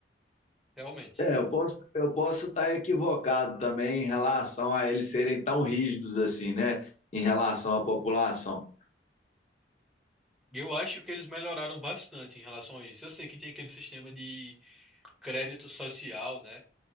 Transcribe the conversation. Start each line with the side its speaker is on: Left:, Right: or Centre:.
Centre: realmente.
Left: É, eu posso, eu posso estar equivocado também em relação a eles serem tão rígidos assim, né? Em relação à população.
Centre: Eu acho que eles melhoraram bastante em relação a isso. Eu sei que tem aquele sistema de crédito social, né?